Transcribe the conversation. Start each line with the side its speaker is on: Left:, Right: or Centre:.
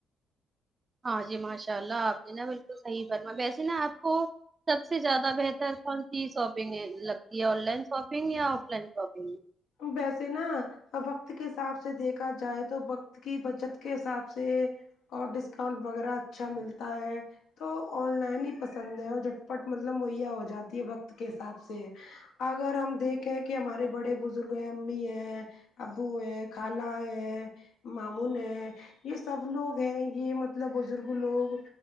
Right: ہاں جی ماشاء اللہ آپ نے نا بالکل صحیح فرمایا ویسے نا آپ کو سب سے زیادہ بہتر کون سی شاپنگ لگتی ہے آن لائن شاپنگ یا آف لائن شاپنگ
Left: ویسے نا وقت کے حساب سے دیکھا جائے تو وقت کی بچت کے حساب سے اور ڈسکاؤنٹ وغیرہ اچھا ملتا ہے تو آن لائن ہی پسند ہے اور جھٹپٹ مطلب مہیا ہو جاتی ہے وقت کے حساب سے اگر ہم دیکھیں کہ ہمارے بڑے بزرگ پ امی ہے ابو ہے خالا ہے مامن ہیں یہ سب لوگ ہیں یہ مطلب بزرگ لوگ